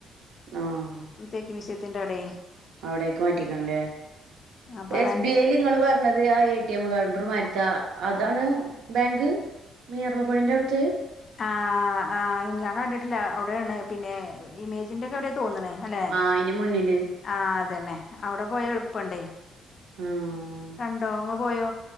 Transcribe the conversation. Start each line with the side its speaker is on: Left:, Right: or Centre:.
Right: ആഹ്
Left: തേക്ക് മ്യൂസിയത്തിന്റെ അവ്ടേ
Right: അവ്ടേക്ക് മാറ്റിക്കണ്ല്ലേ.
Left: അപ്പൊ
Right: എസ്
Left: അതാണ്
Right: ബി ഐ ല് ങ്ങള് പെ ണ്ടത് ആ എ ടി എം കൗണ്ടർമാര്ത്തെ അ അതാണ് ബേങ്ക്. മീറു പോയിൻ്റാഔട്ത്ത്
Left: ആഹ് ആഹ് ആഹ് ഞാകണ്ടിട്ടില്ലാ ഔടേണ്. പിന്നെ ഇമേജിന്റെ ഒക്കെ അവ്ടെ തോന്ന്ണ് അല്ലെ.
Right: ആഹ് അയിന്റെ മുന്നില്
Left: ആഹ് അതെന്നെ. അവ്ടെ പോയാ എൾപ്പണ്ടേ
Right: ആഹ്
Left: കണ്ടോ ങ്ങള് പോയോ?